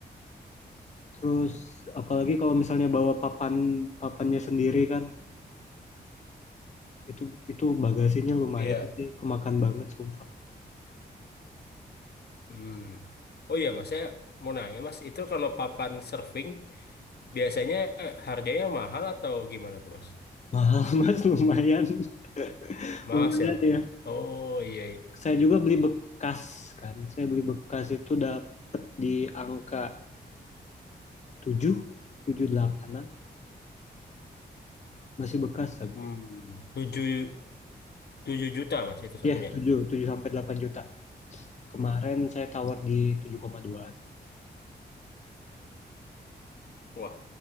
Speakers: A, on the left; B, on the left.
A: Terus apalagi kalau misalnya bawa papan papannya sendiri kan, itu itu bagasinya lumayan
B: Iya.
A: sih, kemakan banget sumpah.
B: Hmm. Oh iya, Mas, saya mau nanya, Mas, itu kalau papan surfing biasanya harganya mahal atau gimana tuh, Mas?
A: Mahal <laughs> Mas, lumayan. <laughs>
B: Mas
A: Lumayan
B: ya.
A: ya.
B: Oh iya iya.
A: Saya juga beli bekas kan. Saya beli bekas itu dapet di angka 7 7 8 Masih bekas tapi.
B: Hmm. tujuh 7 juta, Mas, itu satunya.
A: Ya, 7 7 sampai 8 juta. Kemarin
B: Hmm.
A: saya tawar di tujuh koma dua.
B: Wah,